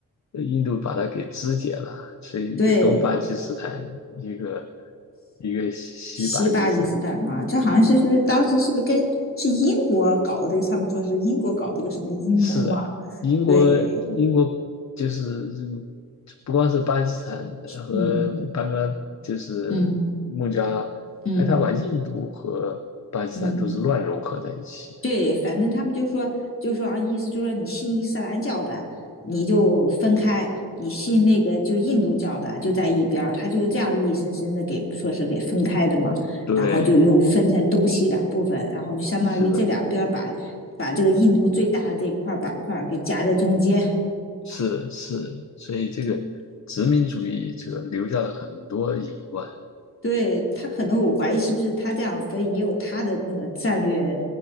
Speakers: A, on the left; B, on the left.
A: 印度把它给肢解了，是一个东巴基斯坦，
B: 对，
A: 一个一个西西巴基斯坦，
B: 西巴基斯坦嘛，这好像是是不是当时是不是跟是英国搞的？他们说是英国搞的个什么阴谋嘛？
A: 是的，英国英国就是这种
B: 对，
A: 不光是巴基斯坦和班嘎，
B: 嗯
A: 就是孟加拉，
B: 嗯嗯
A: 还他把印度和巴基斯坦都是乱融合在一起。
B: 嗯。对，反正他们就说，就说啊，意思就是说你信伊斯兰教的，你就分开；你信那个就印度教的，就在一边儿。他就是这样硬生生的给说是给分开的嘛，
A: 对，
B: 然后就又分成东西两部分，然后就相当于这两边儿把把这个印度最大的这块板块给夹在中间。
A: 是的，是是，所以这个殖民主义者留下了很多隐患，
B: 嗯对他可能我怀疑是不是他这样分也有他的那个战略，